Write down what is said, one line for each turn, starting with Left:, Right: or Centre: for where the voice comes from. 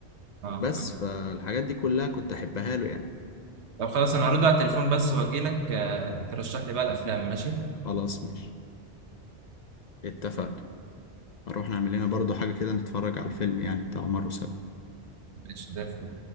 Right: آه،
Left: بس
Right: فيلم.
Left: فالحاجات دي كلها كنت احبها له يعني
Right: طب خلاص انا هرد على التليفون بس واجي لك آه ترشح لي بقى الافلام ماشي
Left: خلاص ماشي اتفقنا هنروح نعمل لنا برضو حاجة كده نتفرج على الفيلم يعني بتاع عمر وسلمى
Right: ماشي زي الفل